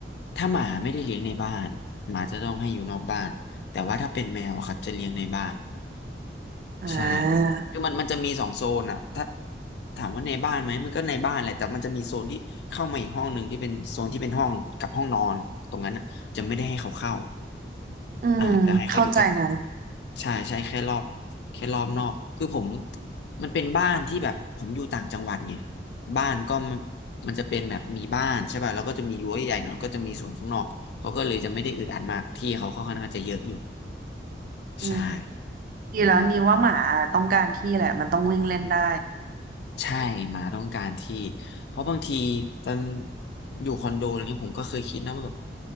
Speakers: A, on the left (about 70°); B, on the right (about 50°).
A: ถ้าหมาไม่ได้เลี้ยงในบ้านหมาจะต้องให้อยู่นอกบ้านแต่ว่าถ้าเป็นแมวอะครับจะเลี้ยงในบ้าน
B: อ่า
A: ใช่คือมันมันจะมีสองโซนอะถ้าถามว่าในบ้านไหม มันก็ในบ้านแหละแต่มันจะมีโซนที่เข้ามาอีกห้องหนึ่งที่เป็นโซนที่เป็นห้องกับห้องนอน ตรงนั้นอะจะไม่ได้ให้เขาเข้า
B: อืมเข้าใจนะ
A: อ่าจะให้เขาอยู่แค่ใช่ใช่แค่รอบแค่รอบนอกคือผมมันเป็นบ้านที่แบบผมอยู่ต่างจังหวัดไงบ้านก็มันมันจะเป็นแบบมีบ้านใช่ป่ะแล้วก็จะมีรั้วใหญ่หน่อยก็จะมีสวนข้างนอกเขาก็เลยจะไม่ได้อึดอัดมากที่เขาก็ค่อนข้างจะเยอะอยู่
B: อืม
A: ใช่
B: ดีแล้วนี่ว่าหมาต้องการที่แหละมันต้องวิ่งเล่นได้
A: อ่า ใช่หมาต้องการที่เพราะบางทีตอนอยู่คอนโดอะไรเงี้ยผมก็เคยคิดนะว่าแบบ